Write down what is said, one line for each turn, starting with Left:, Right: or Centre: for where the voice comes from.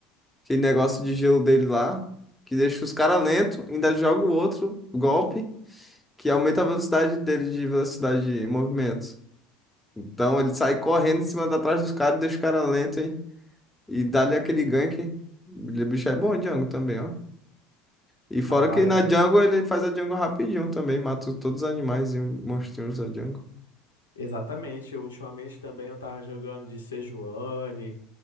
Centre: aquele negócio de gelo dele lá, que deixa os caras lento, ainda joga o outro golpe, que aumenta a velocidade dele de velocidade de movimento. Então ele sai correndo em cima da trás dos caras, deixa os caras lentos hein? e dá-lhe aquele gank. O bicho é bom, Django, também, ó. E fora
Left: Rapaz,
Centre: que na
Left: pô,
Centre: jungle ele faz a jungle rapidinho também, mata todos os animais e monstrinhos da jungle.
Left: exatamente. Ultimamente também eu tava jogando de Sejuani,